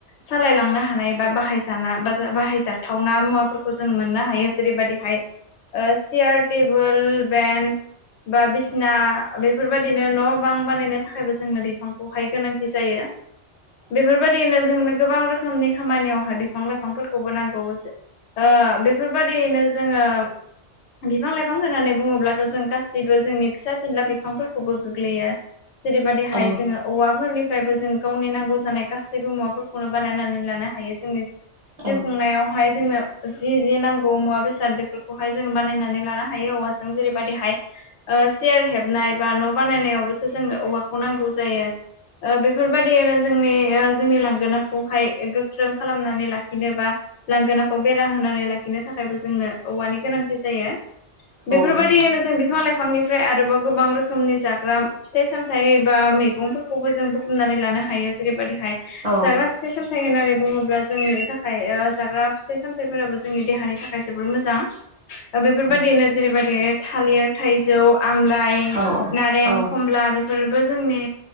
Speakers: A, on the left (about 75°); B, on the right (about 40°).
A: सालायलांनो हानाय बा बाहाय जाना बा बा-बाहायजाथावना मुवाफोरखौ जों मोननो हायो। जेरैबायदिहाय ओ चेयार, टेबोल, बेन्स बा बिसिना बेफोरबायदिनो न' बां बानायनो थाखायबो जोंनो बि फांखौहाय गोनांथि जायो। बेफोरबायदिनो जोंनो गोबां रोखोमनि खामानियावहाय बिफां लाइफांफोरखौबो नांगौ जो ओ बेफोरबायदियैनो जोङो बिफां लाइफां होनानै बुङोब्लाथ' जों गासैबो जोंनि फिसा फिनला बिफा फांफोरखौबो गोग्लैयो, जेरैबायदिहाय
B: औ
A: जोङो औवाफोरनि फ्रायबो जों गावनि नांगौ जानाय गासैबो मुवाफोरखौनो बानायनानै लानो हायो जोंनि
B: औ
A: जिउ खुंनायावहाय जोंनो जि जि नांगौ मुवा बेसाद बेफोरखौहाय जों बानायनानै लानो हायो औवाजों जेरैबायदिहाय ओ सियार हेबनाय बा न' बानायनायावबोथ' जोंनो औवाखौ नांगौ जायो। ओ बेफोरबायदियैनो जोंनि ओ जोंनि लांगोनाखौहाय गोख्रों खालामनानै लाखिनोबा लांगोनाखौ बेरा होनानै लाखिनो थाखायबो जोंनो औवानि गोनांथि जायो। बेफोरबायदियैनो
B: नंगौ
A: जों बिफां लाइफांनिफ्राय आरोबाव गोबां रोखोमनि जाग्रा फिथाइ साम थाइ बा मैगंफोरखौबो जों बुथुमनानै लानो हायो जेरैबायदिहाय
B: औ
A: जाग्रा फिथाइ सामथाइ होननानै बुं बुङोब्ला जोंनि थाखाय ओ जाग्रा फिथाइ सामथाइफोराबो जोंनि देहानि थाखाय जोबोर मोजां ओ बेफोरबादियैनो
B: औ
A: जेरैबायदियै थालिर थाइजौ आमलाइ
B: औ
A: नारें
B: औ
A: खमला बेफोरबो जोंनि